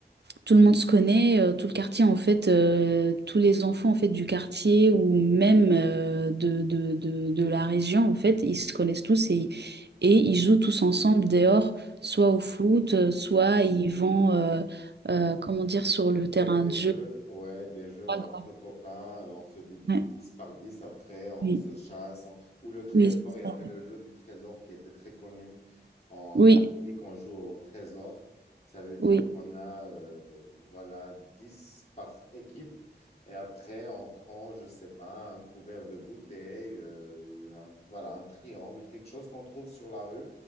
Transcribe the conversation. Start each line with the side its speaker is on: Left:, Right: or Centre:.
Right: tout le monde se connaît, euh, tout le quartier en fait, euh, tous les enfants en fait du quartier ou même euh, de, de, de, de la région en fait, ils se connaissent tous et, et ils jouent tous ensemble dehors, soit au foot, euh, soit ils vont euh, euh, comment dire sur le terrain
Left: Faire des
Right: de jeu.
Left: jeux, ouais, des jeux
Right: Ah,
Left: entre
Right: quoi.
Left: copains, euh, on se divise
Right: Ouais,
Left: 10 par 10 après, on
Right: oui,
Left: se chasse. on- Ou le trésor,
Right: oui, c'est
Left: il y avait
Right: ça.
Left: le jeu du trésor qui était très connu en
Right: oui,
Left: Afrique, on joue au trésor. Ça veut dire
Right: oui,
Left: qu'on a, euh, voilà, 10 par équipe. Et après, on prend, je sais pas, un couvert de bouteille, euh, un- voilà, un triangle, quelque chose qu'on trouve sur la rue.